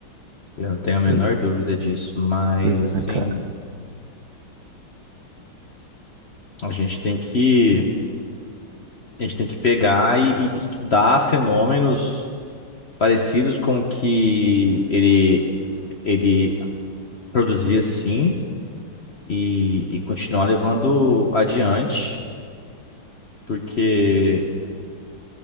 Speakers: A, on the left; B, on the right.
A: Eu não tenho a menor
B: Pois
A: dúvida disso, mas
B: pois
A: assim,
B: é, cara.
A: a gente tem que a gente tem que pegar e e estudar fenômenos parecidos com o que ele, ele produzia sim e, e continuar levando adiante, porque,